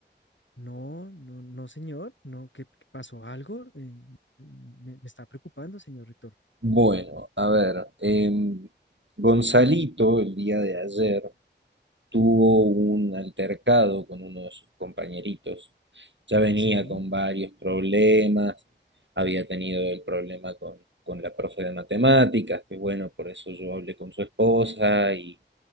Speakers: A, on the left; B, on the right.
A: No, no, no, señor, no, ¿qué, qué pasó algo? Eh, me, me está preocupando, señor rector.
B: Bueno, a ver, em, Gonzalito el día de ayer tuvo un altercado con uno de sus compañeritos. Ya venía
A: Sí,
B: con varios problemas, había tenido el problema con, con la profe de matemáticas, que bueno, por eso yo hablé con su esposa y